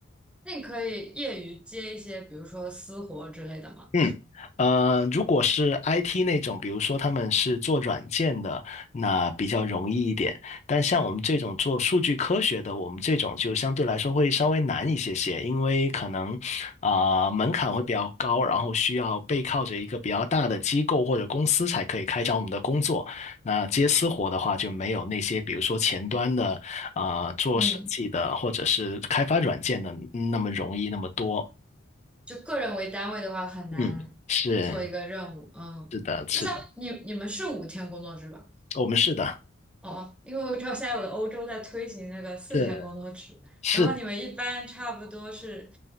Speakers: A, in the centre; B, on the left.
A: 那你可以业余接一些，比如说私活之类的吗？
B: 嗯，呃，如果是 IT 那种，比如说他们是做软件的，那比较容易一点。但像我们这种做数据科学的，我们这种就相对来说会稍微难一些些，因为可能啊、门槛会比较高，然后需要背靠着一个比较大的机构或者公司才可以开展我们的工作。那接私活的话，就没有那些比如说前端的啊、做设计的或者是开发软件的那么容易那么多。
A: 嗯，就个人为单位的话，很难做一个任务。
B: 嗯，是。
A: 嗯，
B: 是的，是的。
A: 那像你你们是五天工作制吧？哦
B: 我们是的，
A: 哦，因为我知道现在有的欧洲在推行那个四天工作制，
B: 是是的
A: 然后你们一般差不多是